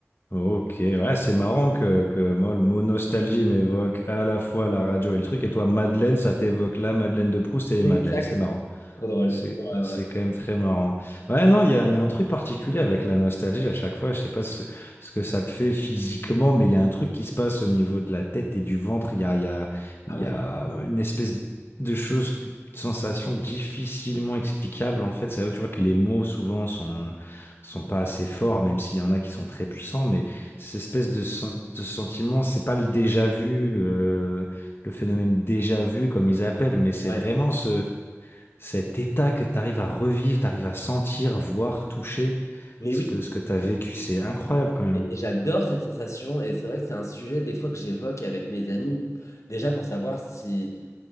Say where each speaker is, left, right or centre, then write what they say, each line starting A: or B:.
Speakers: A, on the left; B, on the left.
A: Ok, ouais, c'est marrant que, que moi, le mot nostalgie m'évoque à la fois la radio et le truc, et toi, Madeleine, ça t'évoque la Madeleine de Proust et les
B: Exact.
A: Madeleines, c'est marrant.
B: Trop drôle.
A: C'est,
B: Ouais,
A: c'est
B: ouais.
A: quand même très marrant. Ouais, non, il y a, il y a un truc particulier avec la nostalgie à chaque fois. Je sais pas ce, ce que ça te fait physiquement, mais il y a un truc qui se passe au niveau de la tête et du ventre. Il y a, il y a, il
B: Ah
A: y
B: ouais,
A: a une espèce de chose, de sensation difficilement explicable. En fait, c'est là où tu vois que les mots souvent sont, sont pas assez forts, même s'il y en a qui sont très puissants. Mais cette espèce de, sen- de sentiment, c'est pas le déjà vu, euh, le phénomène déjà vu comme ils appellent, mais c'est
B: ouais.
A: vraiment ce cet état que tu arrives à revivre, tu arrives à sentir, voir, toucher
B: Mais
A: ce
B: oui,
A: que, ce que tu as vécu, c'est incroyable quand même.
B: et et j'adore cette sensation, et c'est vrai que c'est un sujet des fois que j'évoque avec mes amis, déjà pour savoir si